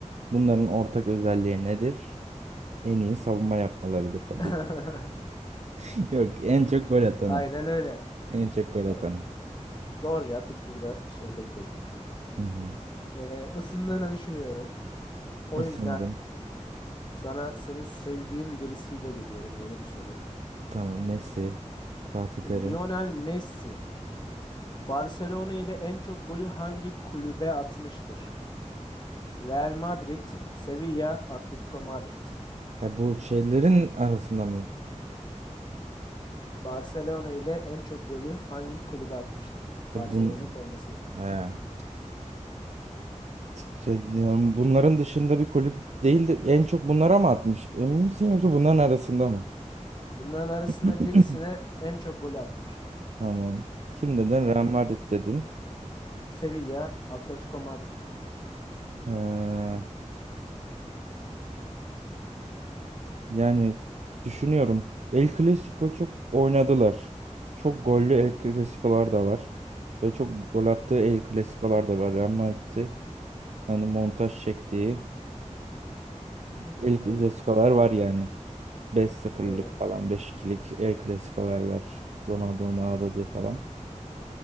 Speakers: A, on the right; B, on the left.
A: Bunların ortak özelliği nedir? En iyi savunma yapmalarıdır tabii
B: <laughs>
A: ki. <laughs> Yok, en çok gol atanı.
B: Aynen öyle.
A: En çok gol
B: Evet.
A: atanı.
B: Doğru cevap hiç burada şey bekletmiyorum.
A: Hı hı.
B: Ee, ısındığını düşünüyorum. O
A: Isındım.
B: yüzden sana senin sevdiğin birisiyle geliyorum yeni bir soru.
A: Tamam, Messi, Fatih Terim.
B: Lionel Messi Barcelona ile en çok golü hangi kulübe atmıştır? Real Madrid, Sevilla, Atletico Madrid.
A: Ya bu şeylerin arasında mı?
B: Barcelona ile en çok golü hangi kulübe atmıştır?
A: Ya
B: Barcelona
A: Bun
B: formasıyla.
A: ha. Şey, yani bunların dışında bir kulüp değil de en çok bunlara mı atmış? Emin misin yoksa bunların arasında mı?
B: Bunların arasında
A: <clears throat>
B: birisine en çok golü atmış
A: Tamam. Şimdiden
B: kariyerinde.
A: Real Madrid dedin.
B: Sevilla, Atletico Madrid.
A: Ee, Yani düşünüyorum. El Clasico çok oynadılar. Çok gollü
B: Evet.
A: El Clasico'lar da var. Ve çok gol attığı El Clasico'lar da var. Real Madrid'i hani montaj çektiği
B: Hı hı,
A: El
B: aynen.
A: Clasico'lar var yani. beş sıfırlık
B: Evet.
A: falan 5-2'lik El Clasico'lar var. Ronaldo'nun ağladığı falan.